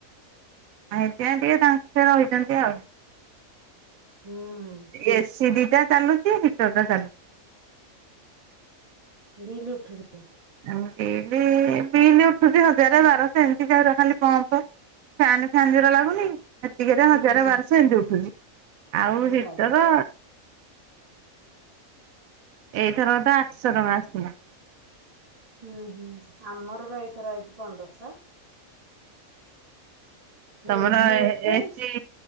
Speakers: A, on the right; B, on the right.
A: ଆଁ ହେନ୍ତିଆ ଟିକେ ତାଙ୍କେ ରହିଛନ୍ତି ଆଉ।
B: ହୁଁ।
A: ଏସି ଦି ଟା ଚାଲୁଛି ହିଟର ଟା ଚାଲୁଛି।
B: ବିଲ ଉଠୁନି।
A: ଅମିତ୍ ହେଉକି ପି ବିଲ ଉଠୁଛି ହଜାର ବାରଶହ ଏମିତି ଖାଲି ପମ୍ପ ଫ୍ୟାନ ଫ୍ୟାନ ଯୁରା ଲାଗୁନି। ହେତିକିରେ
B: ହୁଁ
A: ହଜାରେ
B: ହୁଁ
A: ବାରଷ ଏମିତି ଉଠୁଛି। ଆଉ
B: ଏ
A: ଯେତକ
B: ବାବା
A: ଏଇଥର କ ତ ଆଠଶହ ଟଙ୍କା ଆସିଥିଲା।
B: ହୁଁ ହୁଁ ଆମର ବା ଏଇଥର ଆଇଚି ପନ୍ଦରସ।
A: ତମର
B: ଏସି ଗୋଟେ
A: ଏ ଏସି